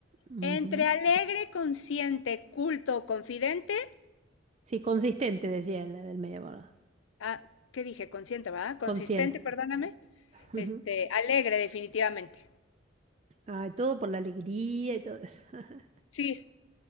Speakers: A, on the right; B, on the left.
A: Ujú.
B: Entre alegre, consciente, culto o confidente.
A: Sí, consistente, decía el del medio, ¿verdad?
B: Ah, ¿qué dije? Consciente, ¿verdad? Consistente,
A: Consciente.
B: perdóname.
A: <laughs>
B: Este,
A: Ujú.
B: alegre, definitivamente.
A: Ay, todo por la alegría y todo eso. <laughs>
B: Sí.